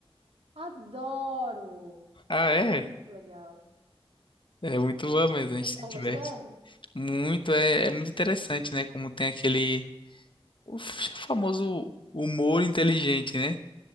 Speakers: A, on the right; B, on the left.
A: Adoro!
B: Ah, é?
A: Muito legal.
B: É muito bom mesmo,
A: Vocês
B: a gente se
A: estão
B: diverte.
A: gostando?
B: Muito, é, é muito interessante, né? Como tem aquele o f- famoso humor inteligente, né?